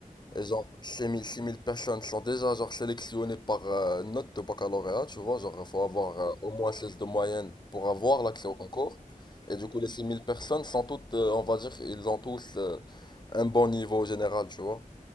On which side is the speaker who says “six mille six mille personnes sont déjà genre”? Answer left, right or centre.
Left